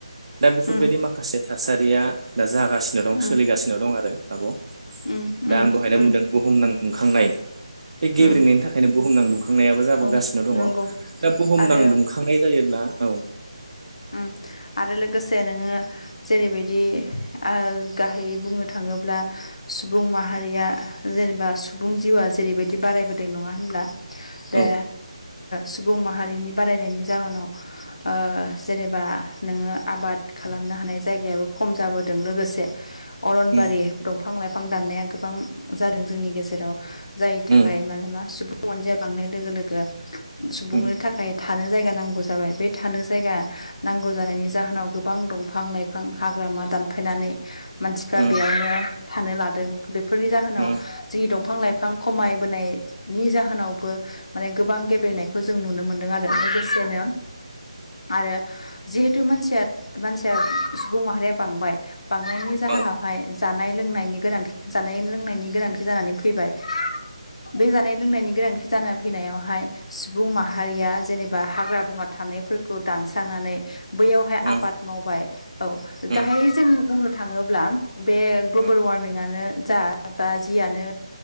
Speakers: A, on the right; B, on the left.
A: दा बेफोरबायदि
B: उम
A: माखासे थासारिया दा जागासिनो दं
B: उम
A: सोलिगासिनो दं आरो आब'।
B: उम उम
A: दा आं दहाय दा
B: उम
A: बुंदों बुहुमनां दुखांनाय। बे गेब्रेनायनि
B: उम
A: थाखायनो बुहुमनांदुं। खांनायाबो जाबोगासिनो
B: औ
A: दङ
B: नंगौ
A: दा बुहुम
B: आरो
A: नां दुंखांनाय जायोब्ला औ।
B: उम आरो लोगोसे नोङो। जेरैबायदि ओ गाहायै बुंनो थाङोब्ला। सुबुं माहारिया जेनेबा सुबुं जिउआ जेरैबायदि बारायबोदों नङा होनब्ला। दा
A: औ
B: सुबुं माहारिनि बारायनायनि जाहोनाव ओ। बा नोङो आबाद खालामनो हानाय जायगायाबो खम जाबोदों लोगोसे। अरनबारि
A: उम
B: दंफां लाइफां दाननाया गोबां जादों जोंनि गेजेराव। जायनि थाखाय
A: उम
B: माने मा सुबुं अनजिाया बांनाय लोगो लोगो सुबुंनो
A: उम
B: थाखाय। थानो जायगा नांगौ जाबाय बे थानो जायगा। नांगौ जानायनि जाहोनाव गोबां दंफां लाइफां हाग्रामा दानफायनानै। मानसिफ्रा
A: उम
B: बेयावनो थानो लादों बेफोरनि जाहोनाव
A: उम
B: जोंनि दंफां। फां लाइफां खमायबोनायनि जाहोनावबो माने गोबां गेब्रेंनायखौ जों नुनो मोनदों आरो। सोनोम आरो जिहेथु मानसिया मानसिया सुबुं माहारिया बांबाय बांनायनि जाहोनावहाय
A: औ
B: जानाय लोंनायनि गोनां जानाय लोंनायनि गोनांथि जानानै फैबाय बे जानाय लोंनायनि गोनांथि जाना फैनायावहाय सुबुं माहारिया जेनेबा हाग्रा बंग्रा थानायफो खौ दानस्रांनानै बैयावहाय
A: उम
B: आबाद मावबाय औ
A: उम
B: गाहायै जों बुंनो थाङोब्ला बे ग्लबेल
A: औ
B: वारमिंआनो जा बा जियानो